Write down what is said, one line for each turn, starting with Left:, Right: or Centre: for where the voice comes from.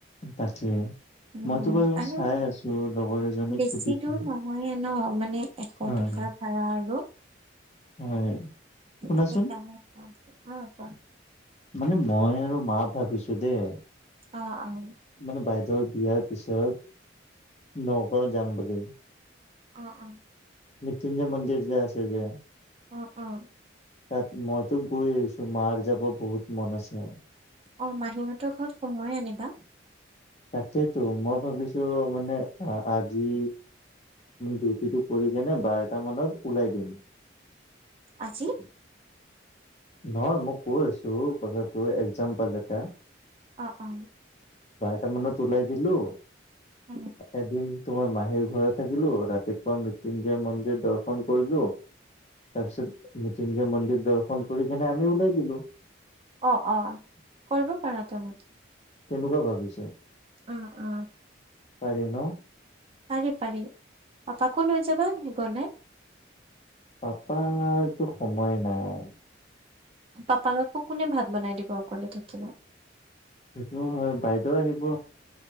Left: তাকে
Right: উম
Left: মইতো বাৰু
Right: আৰু
Left: চাই আছো লগৰ এজনীক
Right: বেছি
Left: সুধিছো।
Right: দূৰ নহয়ে ন মানে এশ
Left: হয়,
Right: টকাৰ ভাড়া আৰু।
Left: হয়। শুনাচোন,
Right: সেইকাৰণে। উম কোৱা!
Left: মানে মই আৰু মা ভাবিছো দেই!
Right: অ', অ'।
Left: মানে বাইদেউৰ বিয়াৰ পিছত নগাঁও যাম বুলি।
Right: অ', অ'।
Left: এই টিলিঙা মন্দিৰ যে আছে যে
Right: অ', অ'।
Left: তাত মইতো গৈ আহিছোঁ। মাৰ যাব বহুত মন আছে।
Right: অ', মাহীহঁতৰ ঘৰত সোমাই আনিবা।
Left: তাকেইতো মই ভাবিছোঁ মানে আজি ডিউটিটো কৰি কেনে, বাৰটা মানত ওলাই দিম।
Right: আজি?
Left: নহয়, মই কৈ আছোঁ, কথাটো একজাম্প'ল এটা।
Right: অ', অ'।
Left: <inaudible> ওলাই দিলোঁ,
Right: উম
Left: এদিন তোমাৰ মাহীৰ ঘৰত থাকিলোঁ। ৰাতি মৃত্যুঞ্জয় মন্দিৰ দৰ্শন কৰিলো। তাৰ পিছত মৃত্যুঞ্জয় মন্দিৰ দৰ্শন কৰি কেনে আমি ওলাই দিলোঁ।
Right: অ', অ', কৰিব পাৰা তেনেকে।
Left: কেনেকুৱা ভাবিম
Right: অ অ
Left: পাৰি ন
Right: পাৰি পাৰি, পাপাকো লৈ যাবা গ'লে।
Left: পাপাৰটো সময় নাই।
Right: পাপাৰ কোনে ভাত বনাই দিব অকলে থাকিলে?
Left: সেইটো হয়, বাইদেউ আহিব।